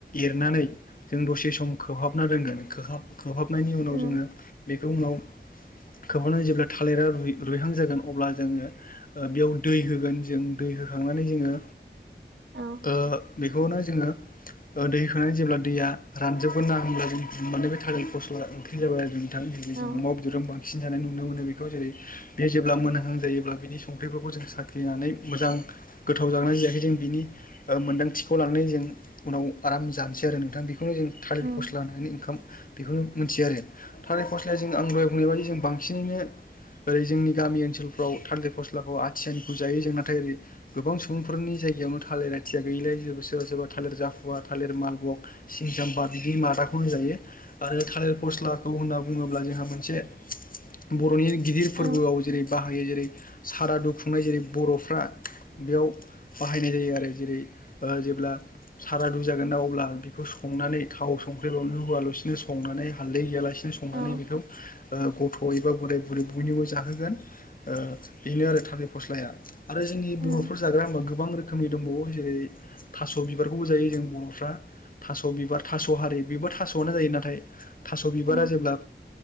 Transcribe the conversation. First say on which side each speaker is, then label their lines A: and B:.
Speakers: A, on the left (about 50°); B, on the right (about 70°).
A: एरनानै जों दसे सम खोबहाबना दोनगोन खोहाब खोबहाबनायनि उनाव
B: उम
A: जोङो बेखौ उनाव खोबहानानै जेब्ला थालिरा रुइ रुइहां जागोन अब्ला जोङो ओ बेयाव दै होगोन जों दै होखां खांनानै जोङो
B: औ
A: ओ बेखौनो जोङो ओ दैखोनो जेब्ला दैया रानजोबगोना होमब्ला जों <unintelligible> थालिर फस्ला ओंख्रि जाबाय आरो जों थां बिदि
B: औ
A: जों अमा बेदरजों बां नुनो मोनो बेखौ जेरै बे जेब्ला मोनहां जायोब्ला बिनि संख्रिफोरखौ जों साखिनानै मोजां गोथाव जांगोना जायाखै जों बिनि ओ मोन्दांथिखौ लानानै जों उनाव आराम जानोसै आरो नोंथां बे बेखौनो जों थालिर
B: उम
A: फस्ला होननानै ओंखाम बेखौनो मोनथियो आरो थालिर फस्ला्लाया जोंना आं दहय बुंनाय बायदि जों बांसिनैनो ओरै जोंनि गामि ओनसोलफ्राव थालदिर फस्लाखौ आथियानिखौ जायो जों नाथाय ओरै गोबां सुबुंफोरनि जायगायावनो थालिर आथिया गैलायि जेबो सोरबा सोरबा थालिर जाफुवा थालिर मालबक सिनिसाम्पा बिदिनि मादा खौ जायो आरो थालिर फस्लाखौ होनना बुङोब्ला जोंहा मोनसे
B: <inaudible>
A: बर'नि गिदिर
B: औ
A: फोरबोआव जेरै बाहायो जेरै सारादु खुंनाय जेरै बर'फ्रा बेयाव बाहायनाय जायो आरो जेरै ओ जेब्ला सारादु जागोन ना अब्ला बेखौ संनानै थाव संख्रि बावलुआलुसिनो संनानै हाल्दै गैयालासिनो संनानै
B: औ
A: बेखौ ओ गथ' एबा बोराय बुरै बयनिबो जाहोगोन ओ बेनो आरो थालिर फस्लाया ।आरो जोंनि
B: उम
A: बर'फोर जाग्रा होमबा गोबां रोखोमनि दंबावो जेरै थास' बिबारखौबो जायो जों बर'फ्रा थास' बिबार थास' हारि बेबो थास'आनो जायो नाथाय थास' बिबारा
B: औ औ
A: जेब्ला